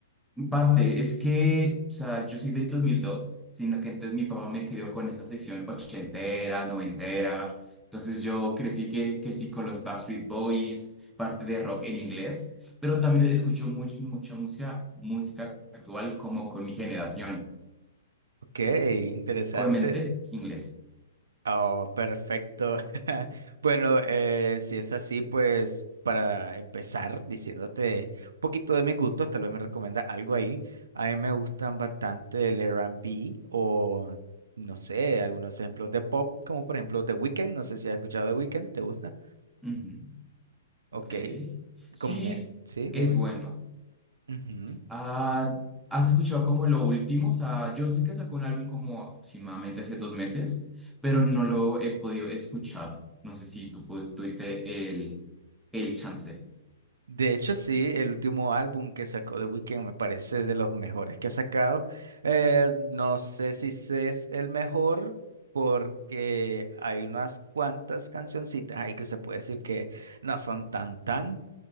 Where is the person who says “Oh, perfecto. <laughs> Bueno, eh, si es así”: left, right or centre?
Right